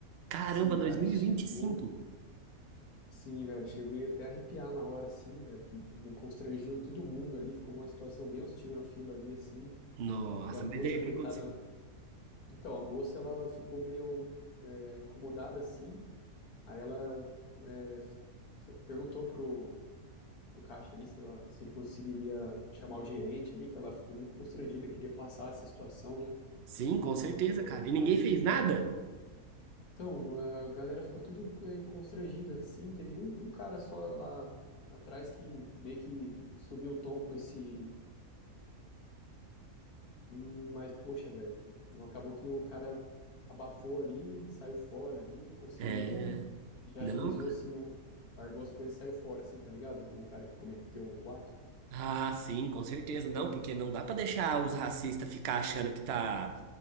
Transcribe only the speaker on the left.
Sim,
cara, chegou. Sim, velho, cheguei até a arrepiar na hora, assim, velho. Me Constrangiu todo mundo ali, ficou uma situação bem hostil na fila ali, assim.
E a moça,
coitada.
Então, a moça, ela ficou meio é, incomodada, assim. Aí ela é, f- perguntou pro, pro caixa ali se, ela- se ele conseguiria chamar o gerente ali, que ela ficou muito constrangida, queria passar essa situação, né,
por
conta do,
do
racismo,
velho. Então, a galera ficou tudo é, constrangida, assim, teve um, um cara só lá atrás que meio que subiu o tom com esse E, mas, poxa, velho, não acabou que o cara abafou ali, saiu fora ali, não conseguiu
nem. Já
agilizou assim, não, largou as coisas e saiu fora, assim, tá ligado? O, cara que cometeu o ato.